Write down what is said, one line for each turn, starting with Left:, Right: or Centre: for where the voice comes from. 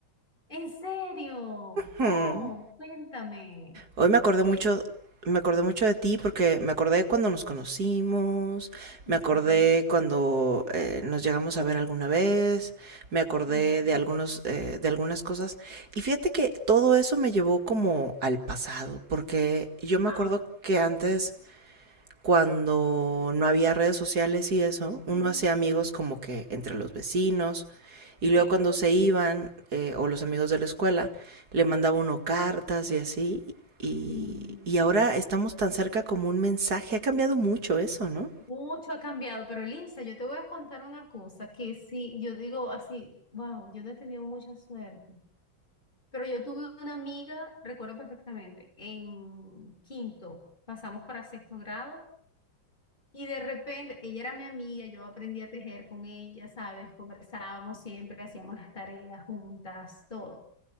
Left: ¿en serio?
Right: Hmm.
Left: Oh, cuéntame.
Right: Hoy me acordé
Left: Y
Right: mucho,
Left: es-
Right: me acordé mucho de ti porque me acordé cuando nos conocimos, me
Left: Ujú,
Right: acordé cuando eh, nos llegamos a ver alguna vez, me acordé
Left: Sí.
Right: de algunos, eh, de algunas cosas. Y fíjate que todo eso me llevó como al pasado, porque yo me
Left: Wow.
Right: acuerdo que antes cuando no había redes sociales y eso, uno
Left: Ujú,
Right: hacía amigos como que entre los vecinos. Y luego
Left: Sí,
Right: cuando se iban, eh, o los amigos de la escuela, le mandaba uno cartas y así. Y,
Left: sí.
Right: y ahora estamos tan cerca como un mensaje. Ha cambiado mucho eso, ¿no?
Left: Mucho ha cambiado, pero Elisa, yo te voy a contar una cosa que sí, yo digo así, wow, yo no he tenido mucha suerte, pero yo tuve una amiga, recuerdo perfectamente, en quinto, pasamos para sexto grado. Y de repente, ella era mi amiga, yo aprendí a tejer con ella, ¿sabes? Conversábamos siempre, hacíamos las tareas juntas, todo.